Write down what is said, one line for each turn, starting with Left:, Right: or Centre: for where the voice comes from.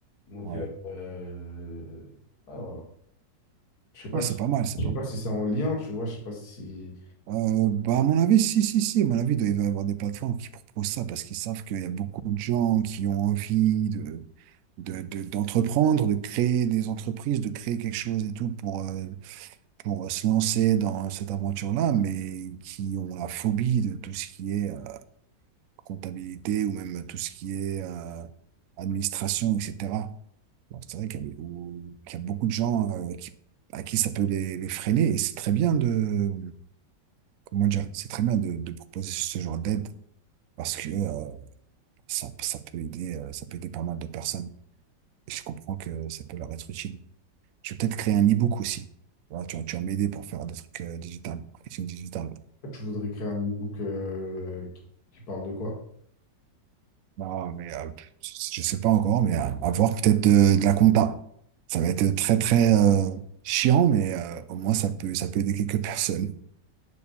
Left: Donc,
Right: ouais.
Left: euh, euh, ah, voilà. Je sais pas
Right: Ouais,
Left: si,
Right: c'est pas mal, c'est
Left: je sais
Right: pas
Left: pas
Right: mal.
Left: si c'est en lien, tu vois. Je sais pas si.
Right: Euh, bah, à mon avis, si, si, si, à mon avis, il doit il doit y avoir des plateformes qui proposent ça parce qu'ils savent qu'il y a beaucoup de gens qui ont envie de, de, de- d'entreprendre, de créer des entreprises, de créer quelque chose et tout pour, euh, pour se lancer dans cette aventure-là, mais qui ont la phobie de tout ce qui est comptabilité ou même tout ce qui est euh, administration, etc. Donc c'est vrai qu'il y a, ou- qu'il y a beaucoup de gens euh, qui, à qui ça peut les, les freiner et c'est très bien de, comment dire, c'est très bien de, de proposer ce genre d'aide parce que euh, ça, ça peut aider, euh, ça peut aider pas mal de personnes. Et je comprends que ça peut leur être utile. Je vais peut-être créer un e-book aussi. Voilà, tu, vas- tu vas m'aider pour faire des trucs euh, digital, marketing digital.
Left: Ah, Tu voudrais créer un e-book euh, qui, qui parle de quoi?
Right: Non, mais euh, je sais pas encore, mais euh, à voir peut-être euh, de, la compta. Ça va être très très euh, chiant, mais euh, au moins ça peut ça peut aider quelques <laughs> personnes.